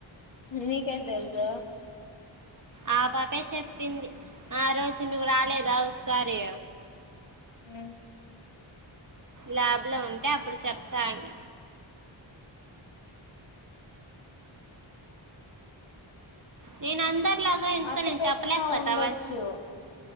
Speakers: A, on the left; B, on the right.
A: నీకు ఎట్లా తెలుసు
B: ఆ పాపే చెప్పింది ఆ రోజు నువ్వు రాలేదా ఒకసారి
A: హ్మ్
B: ల్యాబ్ లో ఉంటే అప్పుడు చెప్తా అన్న నేను అందరిలాగా ఎందుకు
A: అట్ట
B: నేను
A: పెట్టినా
B: చెప్పలేకపోతా
A: ఉండొచ్చు
B: వాళ